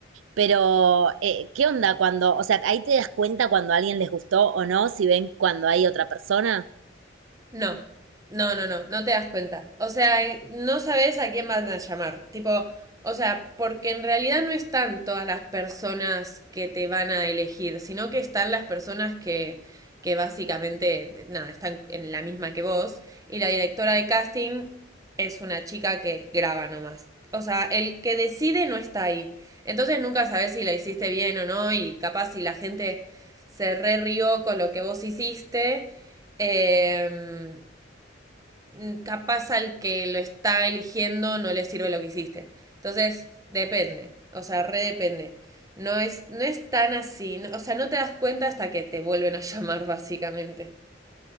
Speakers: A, on the right; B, on the right.
A: Pero, eh, ¿qué onda cuando, o sea, ahí te das cuenta cuando a alguien les gustó o no, si ven cuando hay otra persona?
B: No, no, no, no, no te das cuenta. O sea, eh, no sabes a quién van a llamar. Tipo, o sea, porque en realidad no están todas las personas que te van a elegir, sino que están las personas que, que básicamente, nada, están en la misma que vos. Y la directora de casting es una chica que graba nomás. O sea, el que decide no está ahí. Entonces nunca sabes si la hiciste bien o no y capaz si la gente se re rió con lo que vos hiciste. Eh, mm, capaz al que lo está eligiendo no le sirve lo que hiciste. Entonces, depende, o sea, re depende. No es, no es tan así, no- o sea, no te das cuenta hasta que te vuelven a <laughs> llamar, básicamente.